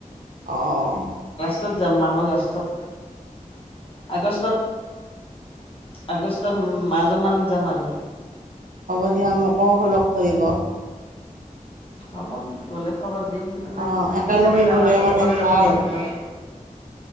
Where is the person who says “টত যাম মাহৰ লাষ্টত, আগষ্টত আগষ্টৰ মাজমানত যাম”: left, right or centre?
Left